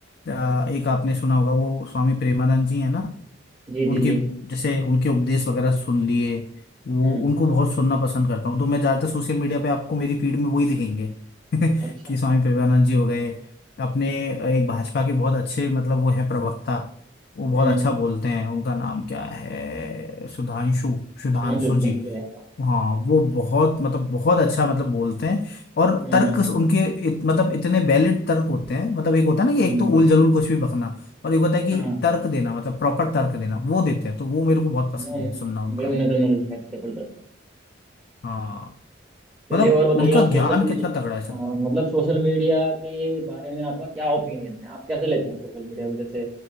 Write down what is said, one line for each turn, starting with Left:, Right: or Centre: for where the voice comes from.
Left: अ, एक आपने सुना होगा वो स्वामी प्रेमानंद जी है ना
Right: जी
Left: उनके
Right: जी जी
Left: जैसे उनके उपदेश वगैरह सुन लिए वो
Right: हम्म
Left: उनको बहुत सुनना पसंद करता हूँ तो मैं ज्यादातर सोशल मीडिया पे आपको मेरी फीड में वही दिखेंगे <laughs>
Right: अच्छा
Left: कि स्वामी प्रभुपाद जी हो गए अपने एक भाजपा के बहुत अच्छे मतलब वो हैं प्रवक्ता वो बहुत
Right: हम्म
Left: अच्छा बोलते हैं उनका नाम क्या है सुधांशु सुधांशु
Right: सुधांशु सुधांशु
Left: जी
Right: है हाँ
Left: हाँ वो बहुत मतलब बहुत अच्छा मतलब बोलते हैं और
Right: हम्म
Left: तर्क उनके इत, मतलब इतने वैलिड तर्क होते हैं मतलब एक होता है ना
Right: हम्म
Left: कि एक तो उल जलूल कुछ भी बकना और एक होता है कि
Right: हाँ
Left: तर्क देना मतलब प्रॉपर तर्क देना वो देते हैं तो वो मेरे को बहुत पसंद
Right: ना
Left: है सुनना उनका
Right: भाई उन्हें तो नॉलेज है जबरदस्त
Left: हाँ
Right: चलिए
Left: मतलब
Right: और बताइए
Left: उनका
Right: आप सोशल
Left: ज्ञान
Right: मीडिया
Left: कितना तगड़ा है सर
Right: हाँ, मतलब सोशल मीडिया के बारे में आपका क्या ओपिनियन है आप कैसे लेते हैं सोशल मीडिया को जैसे